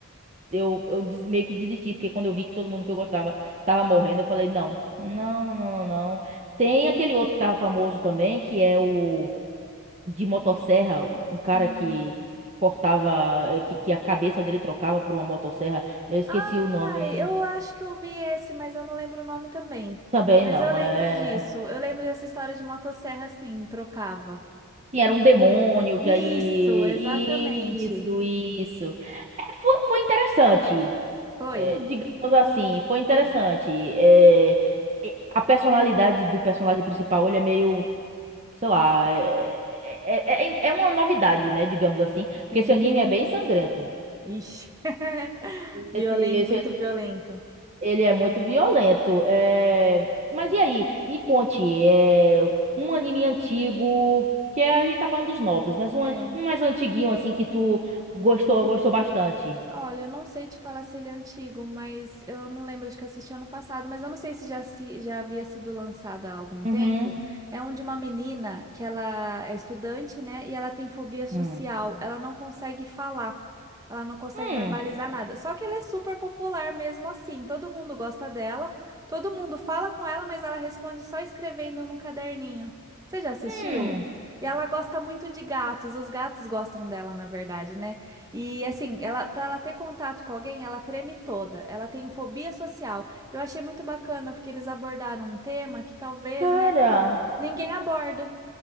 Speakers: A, on the right; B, on the right.
A: Eu, eu des- meio que desisti, porque quando eu vi que todo mundo que eu gostava tava morrendo, eu falei, não, não, não, não, não. não. Tem aquele outro que tava famoso também, que é o de motosserra, um cara
B: Hum.
A: que cortava, eh, que, que a cabeça dele trocava por uma motosserra. Eu esqueci
B: Ah,
A: o nome.
B: eu acho que eu vi esse, mas eu não lembro o nome também.
A: Também
B: Mas
A: não,
B: eu lembro
A: é...
B: disso. Eu lembro dessa história de motosserra, assim, trocava.
A: Sim, era um demônio que
B: Isso,
A: aí...
B: exatamente.
A: Isso, isso. É, foi, foi interessante.
B: Foi?
A: É, digamos assim, foi interessante. É, e- a personalidade do personagem principal, ele é meio, sei lá, é, é, é, é é uma novidade, né? Digamos assim, porque
B: Sim.
A: esse anime é bem sangrento.
B: Ixi. <laughs> Violento,
A: Esse, esse,
B: muito violento.
A: ele é muito violento. É, mas e aí? Me conte, é, um anime antigo, que é, a gente tá falando dos novos, mas um,
B: É.
A: um mais antiguinho, assim, que tu gostou, gostou bastante.
B: Olha, eu não sei te falar se ele é antigo, mas eu não lembro, acho que eu assisti ano passado, mas eu não sei se já, se já havia sido lançado há algum
A: Uhum.
B: tempo. É um de uma menina que ela é estudante, né? E ela tem fobia social,
A: Hum.
B: ela não consegue falar, ela não consegue
A: Hum.
B: verbalizar nada. Só que ela é super popular mesmo assim, todo mundo gosta dela, todo mundo fala com ela, mas ela responde só escrevendo num caderninho. Você já assistiu?
A: Hum.
B: E ela gosta muito de gatos, os gatos gostam dela, na verdade, né? E assim, ela, para ela ter contato com alguém, ela treme toda. Ela tem fobia social. Eu achei muito bacana porque eles abordaram um tema que talvez,
A: Cara.
B: né, ninguém aborda.